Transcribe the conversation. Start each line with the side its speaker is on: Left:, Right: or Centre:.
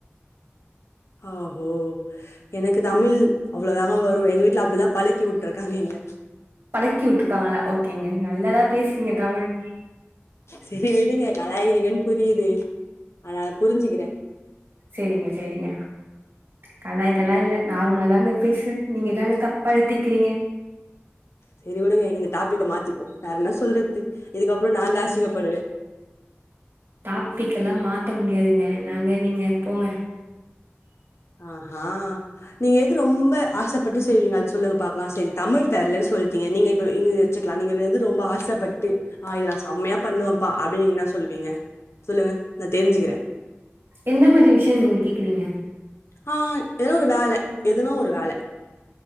Left: ஓஹோ எனக்கு தமிழ் அவ்ளோ தாங்க வரு எங்க வீட்ல அப்பிடிதா பழக்கி உட் டுருக்காங்க எங்ள
Right: படக்கி உட்டுருக்காங்களா ஓகேங்க நல்லதா பேசுறீங்க தமிழ்
Left: செரி விடுங்க கலாய்க்கிறீங்கனு புரியிது அத நா புருஞ்சுக்கற
Right: செரிங்க செரிங்க கலாய்க்கெல்லா இல்ல நார்மலா தாங்க பேசு நீங்கதாங்க தப்பா எடுத்திக்கிறீங்க
Left: செரி விடுங்க இந்த டாபிக்க மாத்திப்போ வேற என்ன சொல்றது இதுக்கப்றோ நா தா அசிங்கப்படுவே
Right: டாப்பிக் எல்லா மாத்த முடியாதுங்க என்னாங்க நீங்க போங்க
Left: அஹா நீங்க எது ரொம்ப ஆசப்பட்டு செய்வீங்க அது சொல்லுங்க பாக்கலா செரி தமிழ் தெர்லன்னு சொல்லிட்டீங்க நீங்க இப்ப இது வெச்சுக்கலா நீங்க எது ரொம்ப ஆசப்பட்டு ஆ இத நா செம்மையா பண்ணுவேப்பா அப்பிடி நீங்க என்ன சொல்லுவீங்க சொல்லுங்க நா தெருஞ்சுக்கற
Right: எந்த மாரி விஷயம் நீங்க கேக்குறீங்க
Left: ஆ எதோ ஒரு வேல எதுனா ஒரு வேல